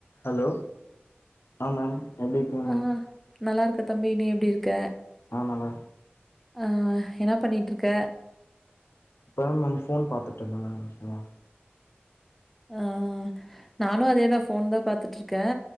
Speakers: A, on the left; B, in the centre.
A: Hello ஆ ma'am எப்டி இருக்கீங்க
B: ஆ
A: மேம்
B: நல்லா இருக்க தம்பி நீ எப்டி இருக்க
A: ஆ நல்லா
B: அ என்ன பண்ணீட்ருக்க
A: இப்பதா மேம் ஃபோன் பாத்துட்டு இருந்தே அதிசயமா
B: அ நானு அதேதா ஃபோன் தா பாத்துட்ருக்க